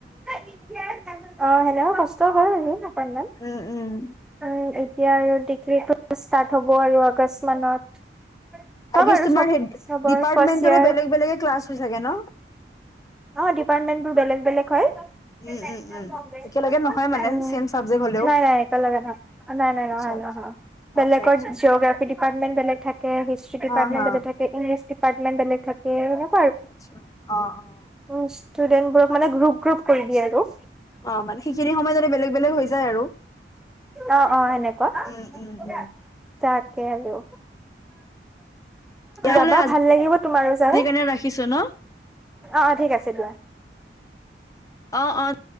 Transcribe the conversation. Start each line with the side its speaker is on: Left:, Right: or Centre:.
Centre: <unintelligible> অ', হেল্ল' কষ্ট হয় আৰু অকণমান।
Left: উম, উম,
Centre: উম, এতিয়া আৰু ডিগ্ৰীটো ষ্টাৰ্ট হ'ব আৰু আগষ্ট মানত।
Left: আই
Centre: চব
Left: গ্যাছ,
Centre: আৰু
Left: তোমাৰ
Centre: চব
Left: সেই
Centre: চবৰ
Left: ডিপাৰ্টমেণ্টটোলৈ
Centre: ফাৰ্ষ্ট ইয়াৰ
Left: বেলেগ বেলেগ ক্লাছ হৈ থাকে ন'?
Centre: অ, ডিপাৰ্টমেন্টবোৰ বেলেগ-বেলেগ হয়।
Left: উম,
Centre: নেছনেল
Left: উম, উম,
Centre: কংগ্ৰেছ
Left: একেলগে নহয়
Centre: <unintelligible>
Left: মানে
Centre: উম
Left: চেম চাবজেক্ট হ'লেও।
Centre: <unintelligible> নাই-নাই একেলগে থাকে নাই-নাই
Left: আচ্ছা,
Centre: নহয়। <unintelligible> নহয়
Left: আচ্ছা,
Centre: বেলেগৰ
Left: আচ্ছা,
Centre: জিঅ'গ্ৰাফী ডিপাৰ্টমেণ্ট বেলেগ থাকে, হিষ্ট্ৰী ডিপাৰ্টমেণ্ট
Left: হা, হা,
Centre: বেলেগ থাকে, ইংলিছ ডিপাৰ্টমেণ্ট বেলেগ থাকে অ
Left: আচ্ছা অ', অ',
Centre: উম, ষ্টুডেন্টবোৰক মানে গ্ৰুপ-গ্ৰুপ কৰি দিয়ে আৰু।
Left: অ, মানে সেইখিনি সময়ত এনে বেলেগ-বেলেগ হৈ যায় আৰু।
Centre: অ', অ', সেনেকুৱা
Left: উম,
Centre: <unintelligible>
Left: উম, উম,
Centre: তাকে আৰু।
Left: তেতিয়াহ'লে
Centre: যাবা ভাল লাগিব তোমাৰো
Left: আজিৰ
Centre: যাই।
Left: কাৰণে ৰাখিছো ন?
Centre: অ', অ', ঠিক আছে দিয়া।
Left: অ', অ',